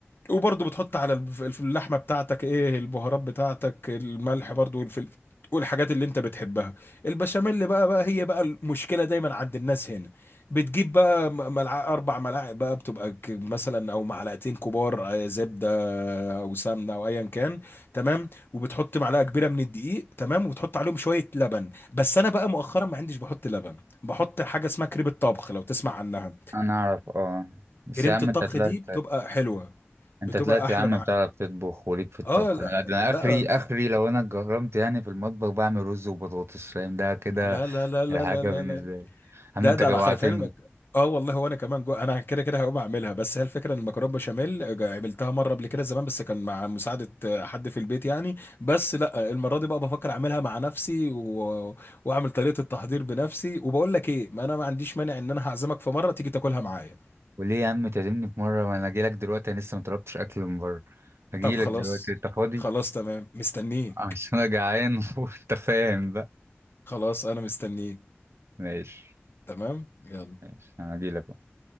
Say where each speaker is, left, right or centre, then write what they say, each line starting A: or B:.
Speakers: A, on the left (about 55°); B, on the right (about 70°).
A: وبرضه بتحط على الف- الف- اللحمه بتاعتك ايه البهارات بتاعتك الملح برضه والفلفل والحاجات اللي انت بتحبها البشاميل بقى بقى هي بقى المشكله دايما عند الناس هنا بتجيب بقى م- ملع... اربع ملاعق بقى بتبقى ك- مثلا او معلقتين كبار آه، زبده او سمنه او ايا كان تمام وبتحط معلقه كبيره من الدقيق تمام وبتحط عليهم شويه لبن بس انا بقى مؤخرا ما عنديش بحط لبن بحط حاجه اسمها كريمه طبخ لو تسمع عنها
B: انا اعرف اه بس
A: كريمه
B: يا عم
A: الطبخ
B: انت طلعت
A: دي بتبقى حلوه
B: انت
A: بتبقى
B: طلعت
A: احلى
B: يا عم
A: معاها
B: بتعرف تطبخ وليك في الطبخ
A: اه لا
B: انا ده انا اخري
A: لا
B: اخري لو انا اتجرمت يعني في المطبخ بعمل رز وبطاطس فاهم ده كده
A: لا لا لا لا
B: الحاجه
A: لا لا
B: بالنسبه
A: لا
B: لي يا عم
A: ده
B: انت
A: ده
B: جوعتني
A: انا خلف علمك اه والله وانا كمان جو انا كده كده هقوم اعملها بس هي الفكره ان المكرونه بشاميل جا- عملتها مره قبل كده زمان بس كان مع مساعده آه، حد في البيت يعني بس لا آه، المره دي بقى بفكر اعملها مع نفسي و... واعمل طريقه التحضير بنفسي وبقول لك ايه ما انا ما عنديش مانع ان انا هعزمك في مره تيجي تاكلها معايا
B: وليه يا عم تعزمني في مره وانا اجي لك دلوقتي انا لسه ما طلبتش اكل من بره اجي
A: طب خلاص
B: لك دلوقتي انت فاضي
A: خلاص تمام مستنيك
B: <laughs> عشان انا جعان <laughs> وانت فاهم بقى
A: خلاص انا مستنيك
B: ماشي
A: تمام يلا
B: ماشي انا اجي لك